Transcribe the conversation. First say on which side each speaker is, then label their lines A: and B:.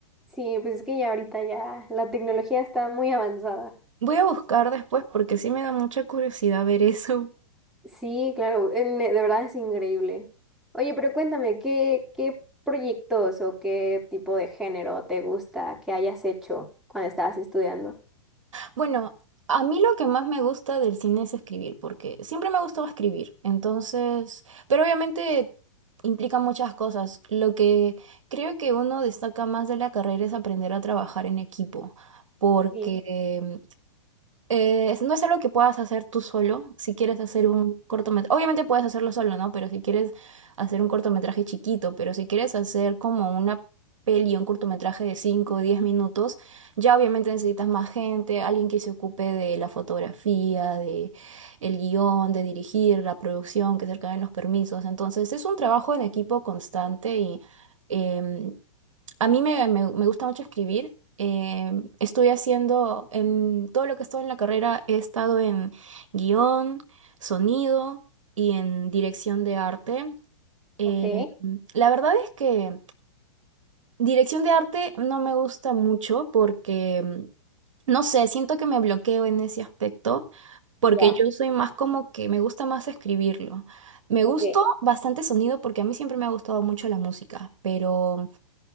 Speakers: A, in the centre; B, on the right.
A: Sí, pues es que ya ahorita ya la tecnología está muy avanzada.
B: Voy a buscar después porque sí me da mucha curiosidad ver eso.
A: Sí, claro, en- de verdad es increíble. Oye, pero cuéntame, ¿qué, qué proyectos o qué tipo de género te gusta que hayas hecho cuando estabas estudiando?
B: Bueno, a mí lo que más me gusta del cine es escribir, porque siempre me ha gustado escribir, entonces, pero obviamente implica muchas cosas. Lo que creo que uno destaca más de la carrera es aprender a trabajar en equipo, porque
A: Sí,
B: eh, es- no es algo que puedas hacer tú solo. Si quieres hacer un cortometraje, obviamente puedes hacerlo solo, ¿no? Pero si quieres hacer un cortometraje chiquito, pero si quieres hacer como una peli, un cortometraje de 5 o 10 minutos, ya obviamente necesitas más gente, alguien que se ocupe de la fotografía, de el guión, de dirigir la producción, que se acaben los permisos. Entonces es un trabajo en equipo constante y... em, a mí me, me- me gusta mucho escribir. eh, estoy haciendo, en todo lo que he estado en la carrera, he estado en guión, sonido y en dirección de arte. Eh,
A: ok,
B: la verdad es que dirección de arte no me gusta mucho porque, em, no sé, siento que me bloqueo en ese aspecto porque
A: ya,
B: yo soy más como que me gusta más escribirlo. Me
A: ok.
B: gustó bastante sonido porque a mí siempre me ha gustado mucho la música, pero...